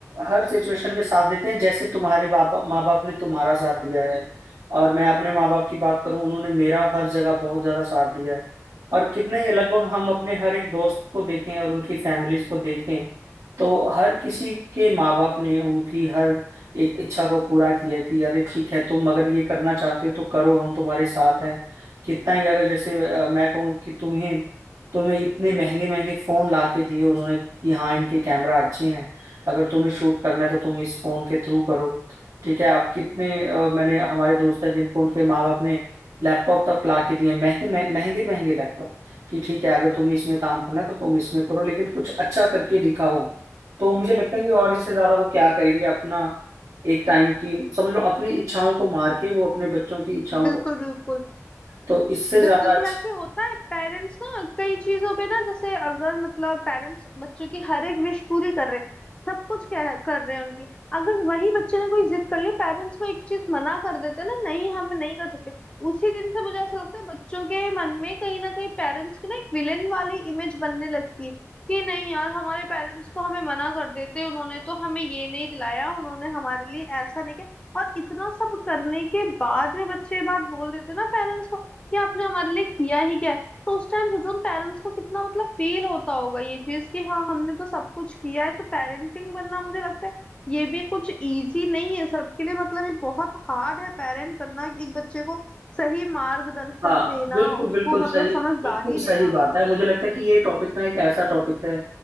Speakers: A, on the right; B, on the left.
A: हर सिचुएशन में साथ देते हैं जैसे तुम्हारे बाप माँ बाप ने तुम्हारा साथ दिया है और मैं अपने माँ बाप की बात करूँ उन्होंने मेरा हर जगह बहुत ज्यादा साथ दिया है और कितने ही लगभग हम अपने हर एक दोस्त को देखें और उनकी फैमिलीज को देखें तो हर किसी के माँ बाप ने उनकी हर एक इच्छा को पूरा किया कि अरे ठीक है तुम अगर ये करना चाहते हो तो करो हम तुम्हारे साथ हैं कितना ही अगर जैसे अ, मैं कहूँ कि तुम्हें तुम्हें इतने महंगे महंगे फोन ला के दिए उन्होंने कि हाँ इनके कैमरा अच्छे हैं अगर तुम्हें शूट करना है तो तुम इस फोन के थ्रू करो ठीक है आप कितने अ, मैंने हमारे दोस्त हैं जिनको उनके माँ बाप ने लैपटॉप तक ला के दिए महंगे मह- महंगे महंगे लैपटॉप कि ठीक है अगर तुम्हें इसमें काम करना है तो तुम इसमें करो लेकिन कुछ अच्छा करके दिखाओ तो मुझे लगता है कि और इससे ज्यादा वो क्या करेंगे अपना एक टाइम की समझ लो अपनी इच्छाओं को मार के वो अपने बच्चों की इच्छाओं
B: बिल्कुल
A: को
B: बिल्कुल
A: तो इससे ज्यादा
B: बिल्कुल
A: अच्छी
B: ऐसे होता है पेरेंट्स ना कई चीजों पे ना जैसे अगर मतलब पेरेंट्स बच्चों की हर एक विश पूरी कर रहे हैं, सब कुछ कह, कर रहे हैं उनकी अगर वही बच्चे ने कोई जिद कर ली पेरेंट्स वो एक चीज मना कर देते हैं ना नहीं हम नहीं कर सकते उसी दिन से मुझे ऐसा लगता है बच्चों के मन में कहीं ना कहीं पेरेंट्स की ना एक विलेन वाली इमेज बनने लगती है कि नहीं यार हमारे पेरेंट्स तो हमें मना कर देते उन्होंने तो हमें ये नहीं दिलाया उन्होंने हमारे लिए ऐसा नहीं किया और इतना सब करने के बाद में बच्चे ये बात बोल देते हैं ना पेरेंट्स को ये आपने हमारे लिए किया ही क्या है तो उस टाइम सोचो उन पेरेंट्स को कितना मतलब फील होता होगा ये चीज कि हाँ हमने तो सब कुछ किया है तो पेरेंटिंग बनना मुझे लगता है ये भी कुछ इजी नहीं है सबके लिए मतलब ये बहुत हार्ड है पेरेंट बनना एक बच्चे को सही मार्गदर्शन
A: हाँ
B: देना
A: बिल्कुल
B: उसको
A: बिल्कुल सही
B: मतलब समझदारी
A: बिल्कुल
B: देना
A: सही बात है मुझे लगता है कि ये टॉपिक ना एक ऐसा टॉपिक है